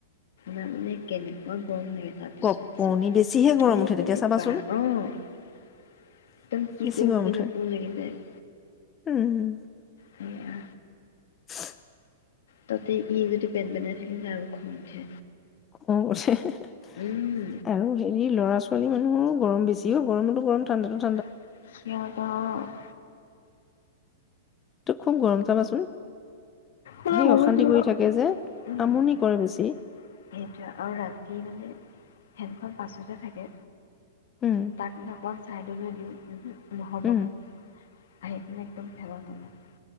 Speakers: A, on the left; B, on the left.
A: মানে কেনেকুৱা গৰম লাগে তাৰপিছত
B: গপনি
A: যে
B: বেছিহে গৰম
A: এ
B: উঠে তেতিয়া চাবাচোন,
A: বা অ একদম কি
B: বেছি
A: কৰোঁ
B: গৰম
A: কি
B: উঠে,
A: নকৰোঁ লাগি যায় ।
B: উম উম
A: সেয়া
B: চু
A: তাতে ই যদি পেন পেনাই তেতিয়া যে আৰু খং উঠে।
B: খং উঠে হে হে হে
A: উম
B: আৰু হেৰি লৰা ছোৱালী মানে মোৰো গৰম বেছিও গৰমতো গৰম ঠাণ্ডাটো
A: <unintelligible>
B: ঠাণ্ডা । তো খুব গৰম চাবাচোন
A: বহুত
B: সেই অশান্তি
A: গৰম
B: কৰি থাকে যে
A: উম
B: আমনি কৰে
A: সেইটো
B: বেছি
A: আৰু ৰাতি মানে ফেনখন পাছতে থাকে
B: উম
A: তাক যে আকছ ছাইডলৈ দিওঁ উমহো নহ'ব
B: উম
A: মানে আহি পেলাই একদম ফেন তলত